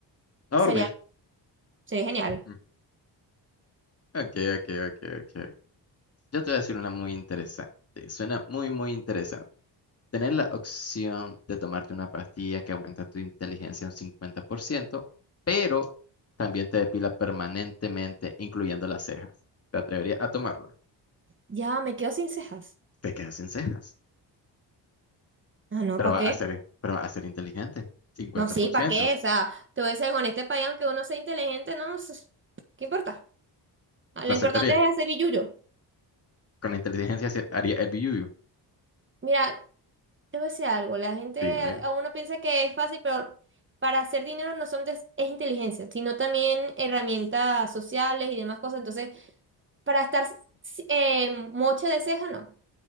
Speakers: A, on the left; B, on the right.
A: A
B: sería,
A: dormir.
B: sería genial.
A: Mm. Ok, ok, ok, ok. Yo te voy a decir una muy interesante. Suena muy, muy interesante. Tener la opción de tomarte una pastilla que aumenta tu inteligencia un 50%, pero también te depila permanentemente, incluyendo las cejas. ¿Te atreverías a tomarla?
B: Ya, me quedo sin cejas.
A: Te quedas sin cejas,
B: Ah, no,
A: pero
B: ¿para
A: va
B: qué?
A: a ser, pero va a ser inteligente. 50%.
B: No, sí, ¿para qué? O sea, te voy a decir algo, en este país, aunque uno sea inteligente, no, no sé, ¿qué importa? Ah,
A: ¿Lo
B: Lo importante
A: aceptaría?
B: es hacer billuyo.
A: Con la inteligencia se haría el biuyu.
B: Mira, Te voy a decir algo, la gente,
A: Dime.
B: a uno piensa que es fácil, pero para hacer dinero no son des- es inteligencia, sino también herramientas sociales y demás cosas. Entonces, para estar s- eh, mocha de ceja, no.